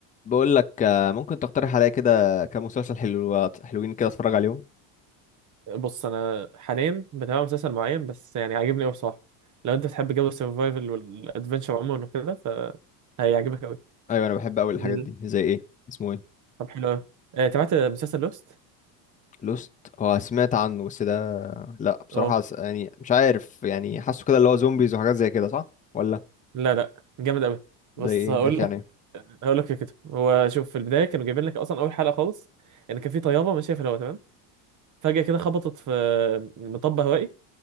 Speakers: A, on the left (about 15°); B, on the right (about 35°).
A: بقول لك آه، ممكن تقترح عليا كده كام مسلسل حلو حلوين كده اتفرج عليهم
B: بص انا حاليا بتابع مسلسل معين بس يعني عاجبني قوي بصراحه لو انت بتحب جو السرفايفل والادفنشر عموما وكده ف هيعجبك قوي
A: ايوه انا بحب قوي الحاجات
B: مم.
A: دي زي ايه اسمه ايه
B: طب حلو قوي آه، تابعت مسلسل لوست
A: لوست هو سمعت عنه بس ده لا بصراحة
B: اه
A: س- يعني مش عارف يعني حاسه كده اللي هو زومبيز وحاجات زي كده صح ولا
B: لا لا جامد قوي بص
A: زي ايه
B: هقول
A: بيحكي
B: لك
A: عن ايه
B: هقول لك فكرته هو شوف في البدايه كانوا جايبين لك اصلا اول حلقه خالص ان كان في طياره ماشيه في الهواء تمام فجاه كده خبطت في مطب هوائي